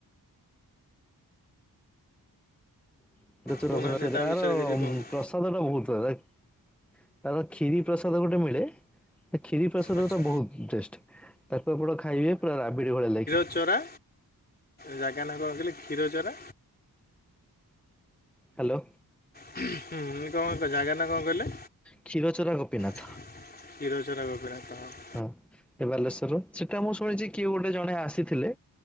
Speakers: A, in the centre; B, on the left (about 25°).
A: <unintelligible> ପ୍ରସାଦ
B: କହୁନାହାନ୍ତି
A: ଟା
B: ତା
A: ବହୁତ
B: ବିଷୟରେ କିଛି କୁହନ୍ତୁ
A: ଭଲ ଲାଗେ ତାର କ୍ଷିରି ପ୍ରସାଦ ଗୋଟେ ମିଳେ। ସେ କ୍ଷୀରି ପ୍ରସାଦ
B: ଆଚ୍ଛା
A: ତ ବହୁତ ଟେଷ୍ଟ ତାକୁ ଆପଣ ଖାଇବେ ପୁରା ରାବିଡ଼ି ଭଳିଆ ଲାଗି
B: ଚରା ଜାଗା ନା କଣ କହିଲେ କ୍ଷୀରଚରା
A: ହ୍ୟାଲୋ।
B: ହୁଁ କଣ କ ଜାଗା ନା କଣ କହିଲେ।
A: କ୍ଷୀରଚୋରା ଗୋପୀନାଥ।
B: ଖିରଚରା ଗୋପିନାଥ ହଁ।
A: ହଁ। ଏ ବାଲେଶ୍ଵର ସେଟା ମୁଁ ଶୁଣିଛି କିଏ ଗୋଟେ ଜଣେ ଆସିଥିଲେ